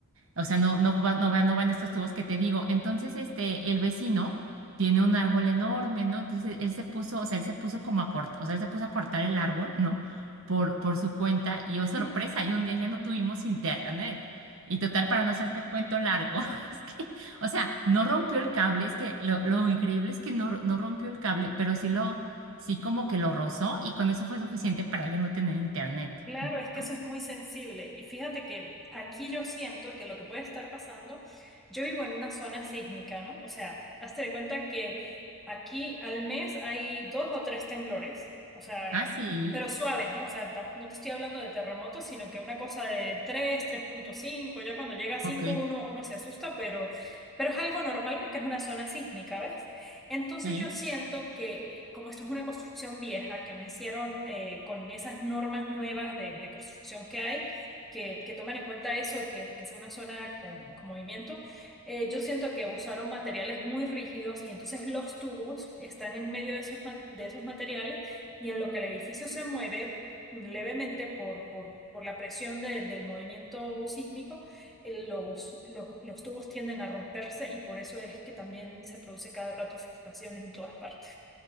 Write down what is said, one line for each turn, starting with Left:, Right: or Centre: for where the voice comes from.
Right: O sea, no, no va, no va, no van estos tubos que te digo. Entonces, este, el vecino tiene un árbol enorme, ¿no? Entonces, él se puso, o sea, él se puso como a cortar, o sea, él se puso a cortar el árbol, ¿no? Por, por su cuenta, y oh, sorpresa,
Centre: <laughs>
Right: y un día ya no tuvimos internet. Y total, para no hacerte el cuento largo, <laughs> es que, o sea, no rompió el cable, es que lo, lo increíble es que no, ro- no rompió el cable, pero sí lo, sí como que lo rozó, y con eso fue suficiente para ya no tener internet,
Centre: Claro, es que
Right: ¿no?
Centre: eso es muy sensible. Y fíjate que aquí yo siento que lo que puede estar pasando, yo vivo en una zona sísmica, ¿no? O sea, hazte de cuenta que aquí al mes hay dos o tres temblores, o sea,
Right: Ah, sí,
Centre: pero suaves, ¿no? O sea, tam- no te estoy hablando de terremotos, sino que una cosa de tres, tres punto cinco. ya cuando llega a 5
Right: ok,
Centre: uno, uno se asusta, pero, pero es algo normal porque es una zona sísmica, ¿ves? Entonces
Right: sí.
Centre: yo siento que eh, como esto es una construcción vieja, que no hicieron eh, con esas normas nuevas de, de construcción que hay, que, que toman en cuenta eso, que, que sea una zona con, con movimiento, eh, yo siento que usaron materiales muy rígidos y entonces los tubos están en medio de esos, ma- de esos materiales y en lo que el edificio se mueve levemente por, por, por la presión de- del movimiento sísmico eh, los, los, los tubos tienden a romperse y por eso es que también se produce cada rato filtraciones en todas partes.